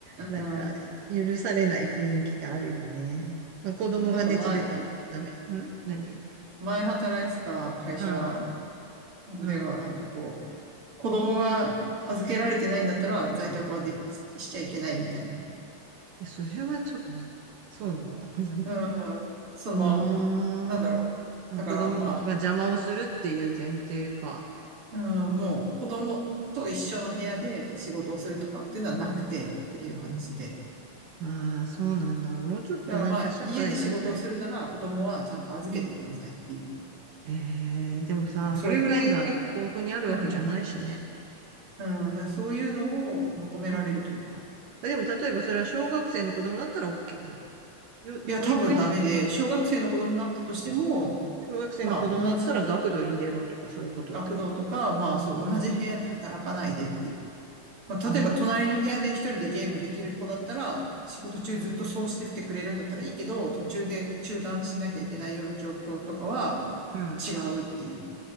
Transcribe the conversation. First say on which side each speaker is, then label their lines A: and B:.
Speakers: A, on the right; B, on the right.
A: なんか、
B: うん、
A: 許されない雰囲気があるよね。まあ、子供が熱出たのダメ。
B: なんか前、
A: ん何
B: 前働いてた会社
A: うん、
B: ではなんかこう、
A: うん。
B: 子供が預けられてないんだったら在宅はできししちゃいけないみたいな。
A: えそれはちょっと、そうなんだ。<laughs>
B: うん、その、
A: あーあ、
B: なんだろう。だからまあ、
A: 子供が邪魔をするっていう前提か。
B: うん、もう子供と一緒の部屋で仕事をするとかっていうのはなくてっていう話で。
A: ああ、そうなんだ。もうちょっとなんか社会全体が。
B: だからまあ家で仕事をするなら子供はちゃんと預けてくださいっていう。
A: うん、えー、でもさ、
B: それぐらいが、
A: 保育園が豊富にあるわけじゃないしね。
B: うん、うん、だからそういうのを求められるというか。
A: うん。でも例えばそれは小学生の子供だったら OK なの。よ保育園
B: いや、多分ダメで、小学生の子供になったとしても、
A: 小学生の子供だったら学童入れろとかそういうことってこと
B: まあ同じ学童とか、まあそう同じ部屋で働かないでっていう。
A: うん。
B: まあ、
A: ああ、
B: 例えば隣の部屋で一人でゲームできる子だったら、仕事中ずっとそうしててくれるんだったらいいけど、途中で中断しなきゃいけないような状況とかは
A: うん。
B: 違うっていう。